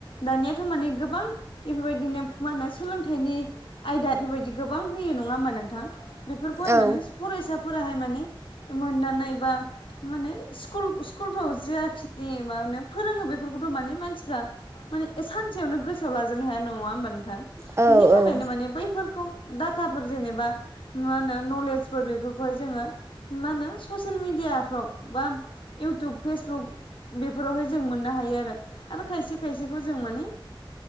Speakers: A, on the left; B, on the right.
A: दानियाथ' माने गोबां बेफोरबायदिनो मा होनो सोलोंथाइनि आयदा बेफोरबायदि गोबां होयो नङा होमबा नोंथां बेफोरखौहाय
B: औ
A: माने फरायसाफोराहाय माने मोनदानाय बा माने स्कुल स्कुलफ्राव जेाखिनि मे फोरोङो बेफोरखौथ' माने मानसिफ्रा माने सानसेयावनो गोसोआव लाजोबनो हाया नङा होनोमबा नोंथां
B: औ
A: बिनि
B: औ
A: थाखायनो माने बैफोरखौ डाटाफोर जेनेबा मा होनो नलेजफोर बेफोरखौहाय जोङो मा होनो ससेेल मेडियाफ्राव बा इउटउब फेसबुक बेफोरावहाय जों मोननो हायो आरो आरो खायसे खायसेखौ जों माने